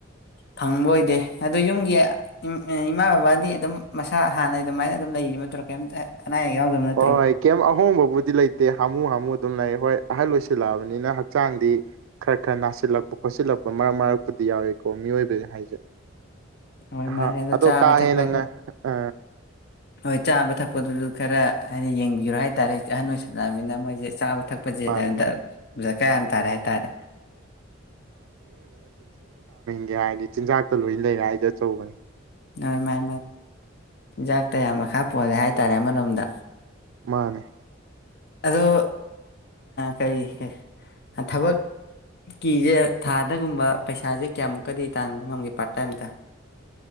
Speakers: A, on the left; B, on the right.
A: ꯐꯪꯕ ꯑꯣꯏꯗꯦ ꯑꯗꯣ ꯌꯨꯝꯒꯤ ꯏꯃꯥ ꯕꯕꯥꯗꯤ ꯑꯗꯨꯝ ꯃꯁꯥ ꯍꯥꯟꯅꯩ ꯑꯗꯨꯃꯥꯏꯅ ꯑꯗꯨꯝ ꯂꯩꯔꯤ ꯃꯗꯨꯔ ꯀꯩꯝꯇ ꯑꯅꯥ ꯑꯌꯦꯛ ꯌꯥꯎꯗꯕ ꯅꯠꯇ꯭ꯔꯣ
B: ꯍꯣꯏ ꯀꯩꯝ ꯑꯍꯣꯡꯕꯕꯨꯗꯤ ꯗꯤ ꯂꯩꯇꯦ ꯍꯥꯃꯨ ꯍꯥꯃꯨ ꯑꯗꯨꯝ ꯂꯩ ꯍꯣꯏ ꯑꯍꯟ ꯑꯣꯏꯁꯤꯜꯂꯛꯑꯕꯅꯤꯅ ꯍꯛꯆꯥꯡꯗꯤ ꯈꯔ ꯈꯔ ꯅꯥꯁꯤꯜꯂꯛꯄ ꯈꯣꯠꯁꯤꯜꯂꯛꯄ ꯃꯔꯛ ꯃꯔꯛꯄꯨꯗꯤ ꯌꯥꯎꯏꯤꯀꯣ ꯃꯤꯑꯣꯏꯕꯁ ꯍꯥꯏꯁꯦ
A: ꯍꯣꯏ ꯃꯥꯅꯦ
B: ꯍꯥ ꯑꯗꯣ
A: ꯆꯥꯕ
B: ꯀꯥ
A: ꯊꯛꯄꯗꯣ
B: ꯍꯦꯟꯅ ꯉꯥꯏ ꯑ
A: ꯍꯣꯏ ꯆꯥꯕ ꯊꯛꯄꯗꯨꯁꯨ ꯈꯔ ꯍꯥꯏꯗꯤ ꯌꯦꯡꯕꯤꯔꯣ ꯍꯥꯏꯇꯥꯔꯦ ꯍꯧꯖꯤ ꯑꯍꯟ ꯑꯣꯏꯁꯜꯂꯛꯑꯃꯤꯅ ꯃꯣꯏꯁꯦ ꯆꯥꯕ ꯊꯛ ꯊꯛꯄ ꯆꯦ
B: ꯃꯥꯅꯦ
A: ꯑꯗꯨꯟꯗ
B: ꯃꯥꯅꯦ
A: ꯀꯌꯥ ꯇꯔꯦ ꯍꯥꯏꯇꯥꯔꯦ
B: ꯌꯥ ꯍꯥꯏꯔꯗꯤ ꯆꯤꯟꯖꯥꯛꯇ ꯂꯣꯏꯅ ꯂꯩꯔꯦ ꯑꯩꯗ ꯑꯆꯧꯕꯅꯦ
A: ꯑꯗꯨ ꯃꯥꯏ ꯆꯤꯟꯖꯥꯛ ꯀꯌꯥ ꯃꯈꯥ ꯄꯣꯜꯂꯦ ꯍꯥꯏꯇꯥꯔꯦ ꯑꯃꯣꯝ ꯑꯗ
B: ꯃꯥꯅꯦ
A: ꯑꯗꯣ ꯀꯔꯤ ꯊꯕꯛꯀꯤꯁꯦ ꯊꯥꯗꯒꯨꯝꯕ ꯄꯩꯁꯥꯁꯦ ꯀꯌꯥꯃꯨꯛꯀꯗꯤ ꯇꯥꯡꯥꯟꯕ ꯉꯝꯒꯦ ꯄꯥꯔꯠ ꯇꯥꯏꯝꯗ